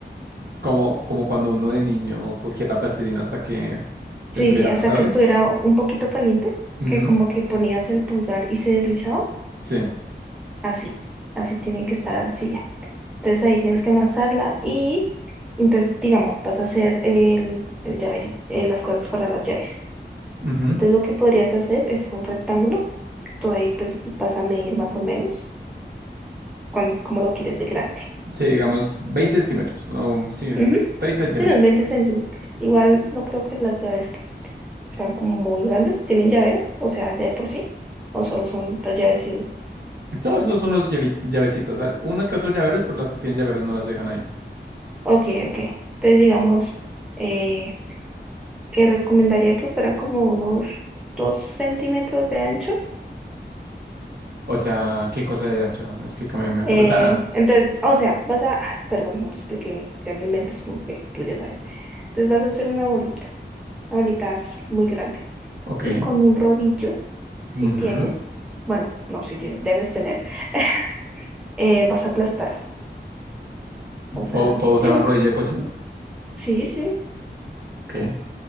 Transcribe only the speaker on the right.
Como, como cuando uno de niño cogía la plastilina hasta que
estuviera
pasable.
Ujú.
Sí.
Sí,
Ujú.
Sí, digamos 20 centímetros. No, sí,
30 centímetros.
Todos esos son los llavi- llavecitos. al- Uno que otro llaveros, pero las que tienen llaveros no las dejan ahí.
O sea, ¿qué cosa de ancho? Explícame mejor.
O sea,
ok.
ujú.
¿Puedo,
puedo
usar
un rodillo de cocina?
Ok.